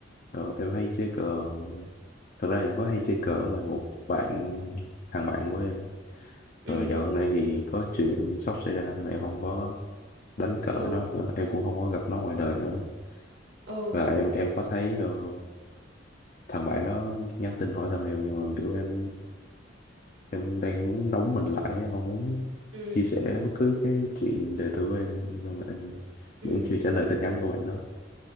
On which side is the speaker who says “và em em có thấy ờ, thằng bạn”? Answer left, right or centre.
Left